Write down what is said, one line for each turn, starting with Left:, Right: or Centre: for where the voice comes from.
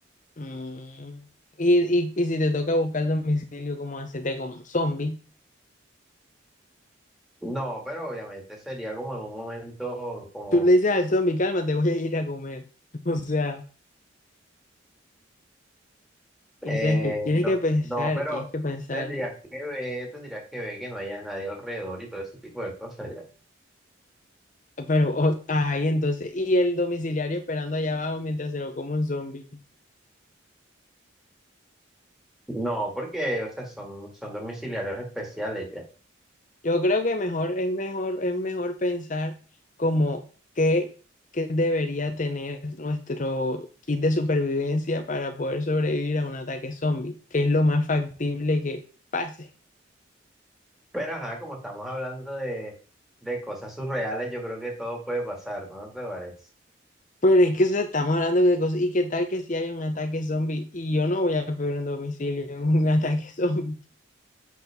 Left: Mm. Y, y, y si te toca buscar domicilio, ¿cómo hacerte como un zombie?
Centre: No, pero obviamente sería como en un momento como,
Left: Tú le dices al zombie, calma, te voy a ir a comer. <laughs> O sea. O
Centre: eh,
Left: sea, que tienes
Centre: no,
Left: que pensar,
Centre: no, pero
Left: tienes que pensar.
Centre: tendrías que ver, tendrías que ver que no haya nadie alrededor y todo ese tipo de cosas ya.
Left: Pero, o- ay, entonces, y el domiciliario esperando allá abajo mientras se lo come un zombie.
Centre: No, porque, o sea, son, son domiciliarios especiales ya.
Left: Yo creo que mejor, es mejor, es mejor pensar como qué, qué debería tener nuestro kit de supervivencia para poder sobrevivir a un ataque zombie, que es lo más factible que pase.
Centre: Pero ajá, como estamos hablando de, de cosas surreales, yo creo que todo puede pasar, ¿no te parece?
Left: Pero es que o sea, estamos hablando de cosas, y qué tal que si hay un ataque zombie, y yo no voy a pedir un domicilio en un <laughs> ataque zombie.